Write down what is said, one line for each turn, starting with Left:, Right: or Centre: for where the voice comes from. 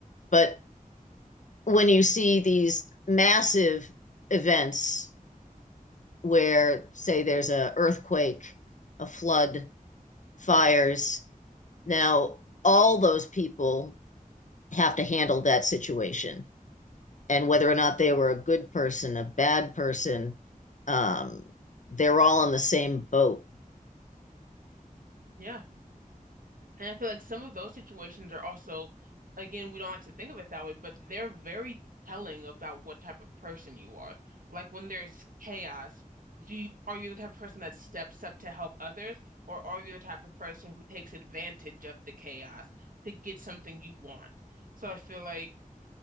Left: But when you see these massive events where, say, there's a earthquake, a flood, fires, now all those people have to handle that situation and whether or not they were a good person, a bad person, um, they're all in the same boat.
Right: Yeah. And I feel like some of those situations are also, again, we don't like to think of it that way, but they're very telling about what type of person you are. Like when there's chaos, do you, are you the type of person that steps up to help others, or are you the type of person who takes advantage of the chaos to get something you want? So I feel like